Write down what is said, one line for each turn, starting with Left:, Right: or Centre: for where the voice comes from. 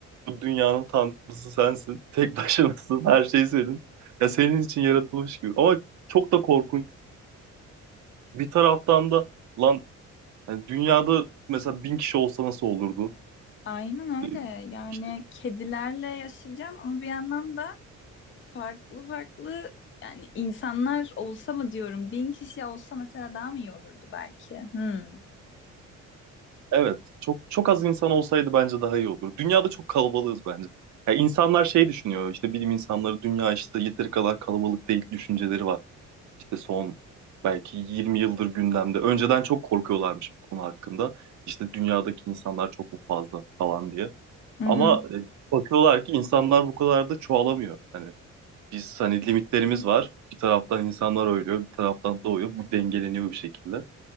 Right: Bu dünyanın tanrısı sensin. <laughs> Tek başınasın. Her şey senin. Ya senin için yaratılmış gibi. Ama çok da korkunç. Bir taraftan da lan hani dünyada mesela bin kişi olsa nasıl olurdu?
Left: Aynen
Right: Ee,
Left: öyle. Yani
Right: İşte
Left: kedilerle yaşayacağım ama bir yandan da farklı farklı yani insanlar olsa mı diyorum. Bin kişi olsa mesela daha mı iyi olurdu belki? Hmm.
Right: Evet, çok çok az insan olsaydı bence daha iyi olur. Dünyada çok kalabalığız bence. Ya insanlar şey düşünüyor, işte bilim insanları dünya işte yeteri kadar kalabalık değil düşünceleri var. İşte son belki 20 yıldır gündemde. Önceden çok korkuyorlarmış bu konu hakkında. İşte dünyadaki insanlar çok mu fazla falan diye.
Left: Hı
Right: Ama
Left: hı.
Right: e, bakıyorlar ki insanlar bu kadar da çoğalamıyor. Hani biz hani limitlerimiz var. Bir taraftan insanlar ölüyor, bir taraftan doğuyor. Bu dengeleniyor bir şekilde.